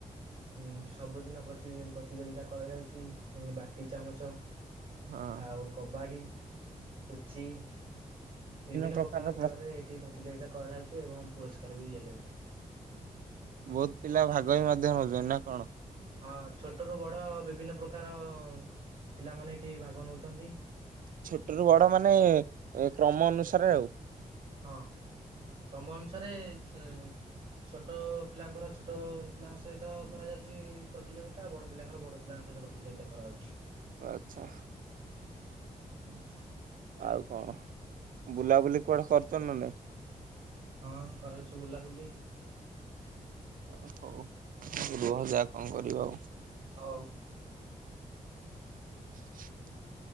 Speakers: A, on the right; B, on the right.
A: ଉ ସବୁଦିନ ପ୍ରତି ପ୍ରତିଯୋଗିତା କରାଯାଉଛି ବାଟି ଚାମଚ
B: ହଁ
A: ଆଉ କବାଡ଼ି, ପୁଚି ବିଭିନ୍ନ
B: ପ୍ରକାରର
A: ପ୍ରକାର ଖେଳରେ
B: ପ୍ର
A: ଏଠି ପ୍ରତି ଯୋଗିତା କରାଯାଉଚି ଏବଂ ପୁରସ୍କାର ବି ଦିଆଯାଉଛି।
B: ବୋହୁତ୍ ପିଲା ଭାଗ ବି ମଧ୍ୟ ନୋଉଛନ୍ତି ନା କଣ?
A: ହଁ ଛୋଟ ରୁୁ ବଡ଼ ବିଭିନ୍ନ ପ୍ରକାର ପିଲାମାନେ ଏଠି ଭାଗ ନୋଉଛନ୍ତି।
B: ଛୋଟ ରୁୁ ବଡ଼ ମାନେ କ୍ରମ ଅନୁସାରେ ଆଉ।
A: ହଁ କ୍ରମ ଅନୁସାରେ ଛୁ ଛୋଟ ପିଲାଙ୍କର ଛୋଟ ପିଲାଙ୍କ ସହିତ କରାଯାଉଛି ପ୍ରତି ଯୋଗିତା ବଡ଼ ପିଲାଙ୍କର ବଡ଼ ପିଲାଙ୍କ ସହିତ ପ୍ରତି ଯୋଗିତା କରାହୋଉଛି।
B: ଆଚ୍ଛା।
A: <inaudible>
B: ଆଉ କଣ ବୁଲାବୁଲି କୁଆଡ଼େ କରିଚନ୍ତି ନା ନାହିଁ?
A: ହଁ କରୁଛୁ ବୁଲାବୁଲି।
B: ଆ ହଉ ରୁହ ଯା କଣ କରିବ ଆଉ?
A: ହଉ।
B: <inaudible>